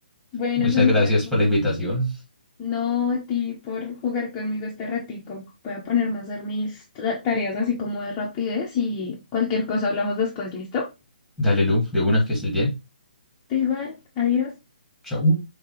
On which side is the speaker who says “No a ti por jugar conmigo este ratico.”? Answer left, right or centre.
Left